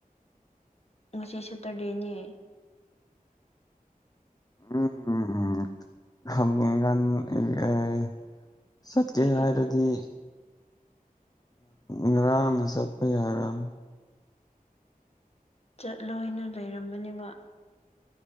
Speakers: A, on the left; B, on the left.
A: ꯉꯁꯤ ꯁꯦꯇꯔꯗꯦꯅꯦ
B: <unintelligible> ꯆꯠꯀꯦ
A: ꯑꯦ
B: ꯍꯥꯏꯔꯗꯤ
A: ꯑꯦ
B: ꯉꯔꯥꯡꯅ ꯆꯠꯄ ꯌꯥꯔꯕꯅꯦ
A: ꯆꯠꯂꯣꯏꯅ ꯂꯩꯔꯝꯕꯅꯤꯕ